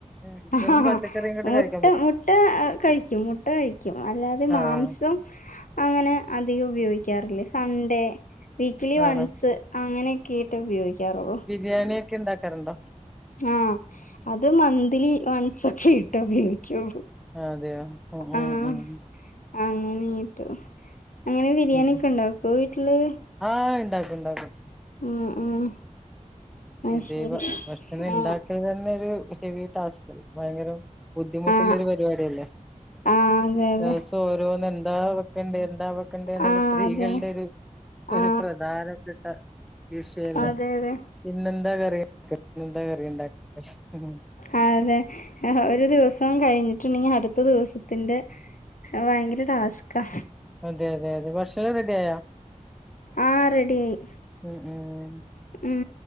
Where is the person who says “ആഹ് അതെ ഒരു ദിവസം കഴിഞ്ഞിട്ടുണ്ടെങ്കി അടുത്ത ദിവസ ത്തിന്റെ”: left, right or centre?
Left